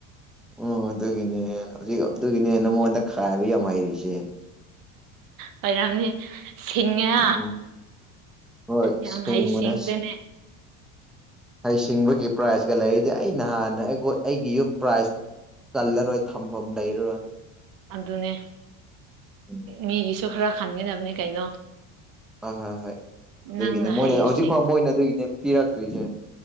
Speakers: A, in the centre; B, on the right (about 55°).
A: ꯑꯣ ꯑꯗꯨꯒꯤꯅꯦ ꯍꯧꯖꯤꯛ ꯑꯗꯨꯒꯤꯅꯦ ꯅꯉꯣꯟꯗ ꯈꯥꯏꯕ ꯌꯥꯝ ꯍꯩꯔꯤꯁꯦ
B: ꯐꯣꯏ ꯌꯥꯝꯅꯤ ꯁꯤꯡꯉ
A: ꯎꯝ ꯍꯣꯏ ꯁꯤꯡꯕꯅꯦ
B: ꯌꯥꯝ ꯍꯩꯁꯤꯡꯗꯅꯦ
A: ꯍꯩꯁꯤꯡꯕꯒꯤ ꯄ꯭ꯔꯥꯏꯖꯀ ꯂꯩꯔꯤꯗꯤ ꯑꯩꯩꯅ ꯍꯥꯟꯅ ꯑꯩ ꯑꯩꯒꯤ ꯌꯨꯝ ꯄ꯭ꯔꯥꯏꯖ ꯆꯜꯂꯔꯣꯏ ꯊꯝꯐꯝ ꯂꯩꯔꯣꯏ
B: ꯑꯗꯨꯅꯦ
A: ꯎꯝ
B: ꯃꯤꯒꯤꯁꯨ ꯈꯔ ꯈꯟꯒꯅꯕꯅꯦ ꯀꯩꯅꯣ
A: ꯑ ꯍꯣꯏ ꯍꯣꯏ ꯑꯗꯨꯒꯤꯅꯦ
B: ꯅꯪꯅ
A: ꯃꯣꯏꯅꯦ
B: ꯍꯩꯔꯤꯁꯦ
A: ꯍꯧꯖꯤꯛ ꯐꯥꯎ ꯃꯣꯏꯅ ꯑꯗꯨꯒꯤꯅꯦ ꯄꯤꯔꯛꯇ꯭ꯔꯤꯁꯦ